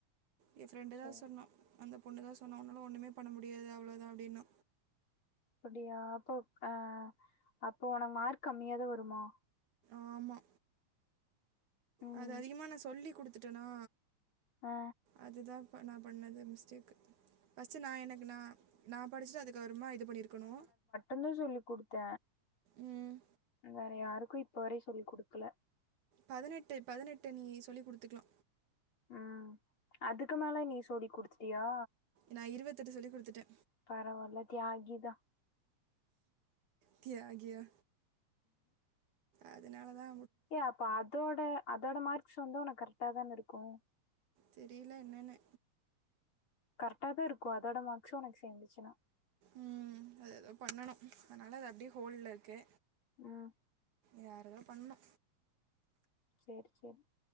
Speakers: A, on the right; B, on the left.
A: ஏய ஃபிரெண்டு
B: சரி
A: தா சொன்னா அந்த பொண்ணுதா சொன்னா உன்னால ஒன்னுமே பண்ண முடியாது அவ்ளோதா அப்டின்னா
B: அப்டியா அப்போ அ அப்போ உனக் மார்க் கம்மியாதா வருமா
A: ஆமா
B: ம்
A: அது அதிகமா நா சொல்லி குடுத்துட்டனா
B: ஆ
A: அது தா ப்ப நா பண்ணது மிஸ்டேக்கு ஃபஸ்ட்டு நா எனக்கு நா நா படுச்ட்டு அதுக்கப்றமா இது பண்ணிருக்கனு
B: என்ன சொல்லி் குடுத்த
A: ம்
B: வேற யாருக்கு இப்ப வரயு சொல்லிக் குடுக்கல
A: பதனெட்டு பதனெட்டு நீ சொல்லி குடுத்துக்லா
B: ம் அதுக்கு மேல நீ சொல்லி குடுத்திட்டியா
A: நா இருவத்தெட்டு சொல்லி குடுத்துட்டே
B: பரவால தியாகிதா
A: தியாகியா அதுனால தா
B: ஏ அப்ப அதோட அதோட மார்க்ஸ் வந்து உனக் கரெக்ட்டா தான இருக்கு
A: தெரிய்ல என்னனு
B: கரெக்டா தா இருக்கு அதோட மார்க்ஸு உனக் சேந்துச்சுன்னா
A: ம் அது எதோ பண்ணனு அத்னால அது அப்டியே ஹோல்ட்ல இருக்கு
B: ம்
A: யாரோதா பண்ணு
B: சேரி சேரி